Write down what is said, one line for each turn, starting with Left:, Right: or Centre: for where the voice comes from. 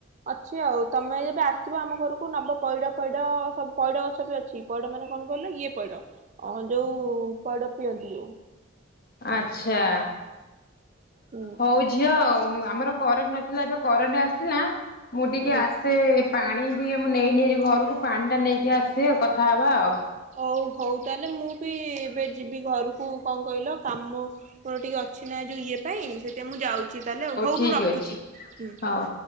Right: ଅଛି ଆଉ ତମେ ଯେବେ ଆସିବ ଆମ ଘରକୁ ନବ ପଇଡ ପଇଡ ସବୁ ପଇଡ ଗଛ ବି ଅଛି ପଇଡ ମାନେ କଣ କଲେ ଇଏ। ପଇଡ ଯୋଉ ପଇଡ ପିଅନ୍ତି ଯୋଉ
Left: ଆଚ୍ଛା।
Right: ହୁଁ
Left: ହଉ ଝିଅ ଆଉ ଆମର କରେଣ୍ଟ ନଥିଲା ଏବେ କରେଣ୍ଟ ଆସିଲା। ମୁଁ ଟିକେ
Right: ହୁଁ
Left: ଆସେ ପାଣି ଟିକେ ମୁଁ ନେଇନି ଘରକୁ ପାଣି ଟା ନେଇକି ଆସିବେ କଥାହବା ଆଉ
Right: ହଉ ହଉ ତାହେଲେ ମୁଁ ବି ଏବେ ଯିବି ଘରକୁ କଣ କହିଲ କାମ ମୋର ଟିକଏ ଅଛି ନା ଯେଉଁ ଇଏ ପାଇଁ ସେଇଥିା ମୁଁ ଯାଉଛି। ତାହେଲେ ଆଉ ହଉ
Left: ଠିକ
Right: ମୁଁ ରଖୁଛି
Left: ଅଛି
Right: ହୁଁ।
Left: ହଉ।